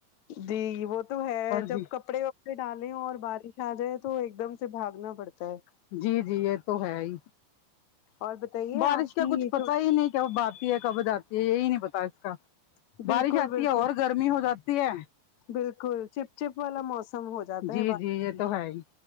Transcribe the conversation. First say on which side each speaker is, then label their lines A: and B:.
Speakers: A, on the left (about 50°); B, on the left (about 75°).
A: جی وہ تو ہے جب
B: جی
A: کپڑے پہ ڈالیں اور بارش آ جائے تو ایک دم سے بھاگنا پڑتا ہے
B: جی جی یہ تو ہے ہی
A: اور بتائیے
B: بارش
A: آپ کی
B: کا کچھ
A: یہ
B: پتا
A: چھوٹی
B: ہی نہیں کب آتی ہے کب جاتتی ہے یہی نہیں پتا اس کا
A: بالکل
B: بارش آتی
A: بالکل
B: ہے اور گرمی ہو جاتی ہے
A: بالکل چپ چپ والا موسم ہو جاتا
B: جی
A: ہے بارش
B: جی یہ
A: میں
B: تو ہے ہی